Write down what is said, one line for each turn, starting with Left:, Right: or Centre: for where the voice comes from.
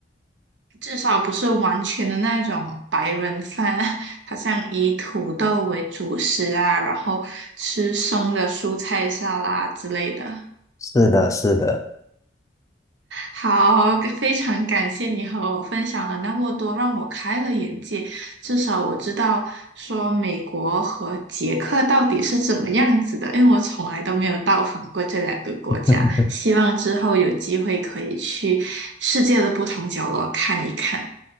Right: 至少不是完全的那种白人饭，<laughs> 好像以土豆为主食啊，然后吃生的蔬菜沙拉之类的。
Left: 是的，是的。
Right: 好，非常感谢你和我分享了那么多，让我开了眼界。至少我知道说美国和捷克到底是怎么样子的，因为我从来都没有到访过这两个国家。
Left: <laughs>
Right: 希望之后有机会可以去世界的不同角落看一看。